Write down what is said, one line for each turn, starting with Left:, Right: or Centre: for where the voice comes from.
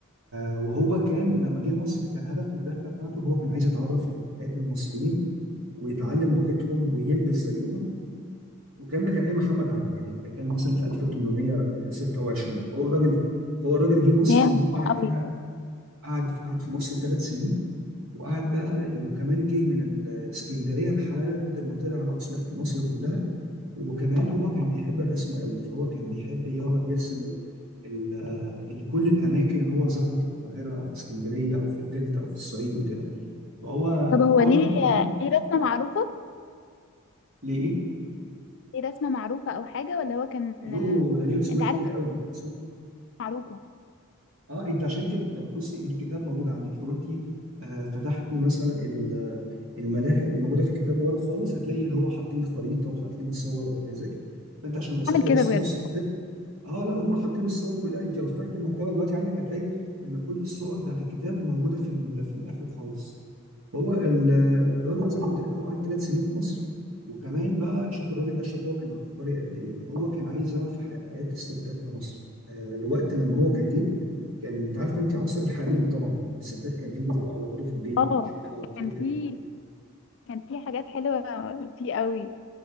Right: آه، وهو كان لما جه مصر كان هدف من الرحله بتاعته ان هو كان عايز يتعرف على حياه المصريين ويتعلم لغتهم ويلبس زيهم والكلام ده كان ايام محمد علي يعني بيتكلم مثلا في 1826 فهو راجل فهو راجل جه مصر
Left: هي
Right: وقعد
Left: مهمة قوي
Right: فيها قعد قعد في مصر ثلاث سنين وقعد بقى وكمان جه من الاسكندريه لحد ما طلع على اصل لف مصر كلها وكمان هو كان بيحب الرسم قوي فهو كان بيحب يقعد يرسم ال... ال... آه، ال- كل الاماكن اللي هو زارها في القاهره او في اسكندريه او في الدلتا او في الصعيد وكده فهو
Left: طب هو
Right: فهو
Left: ليه
Right: الراجل كمان
Left: ليه رسمة معروفة
Right: ليه ايه
Left: ايه رسمة معروفة او حاجة ولا هو كان
Right: يو ده ليه رسومات
Left: انت عارف
Right: كتير قوي رسومات
Left: معروفة
Right: اه انت عشان تب... لو- بصي الكتاب موجود عندك لو انت آه فتحتي مثلا ال- الملاحق الموجوده في الكتاب ورا خالص هتلاقي اللي هو حاطين خريطه وحاطين صور وحاجات زي كده فانت عشان وصلت
Left: عامل كده
Right: بس
Left: بجد
Right: نص الكتاب اه لا هم حاطين الصور كلها انت لو فتحت المكتبه دلوقتي عندك هتلاقي ان كل الصور بتاعت الكتاب موجوده في ال... في الاخر خالص هو ال- الراجل زي ما قلت لك هو قعد ثلاث سنين في مصر وكمان بقى شوف الراجل ده شاف هو كان عبقري قد ايه هو كان عايز يعرف ح- حياة الستات في مصر آه، الوقت لما هو كان جه كان انت عارفه انت عصر الحريم طبعا الستات كانت تلبس بقى ويقعدوا في البيت
Left: اه
Right: ما كانوش بيطلعوا كتير
Left: كان
Right: وكده
Left: في كان في حاجات حلوة فيه قوي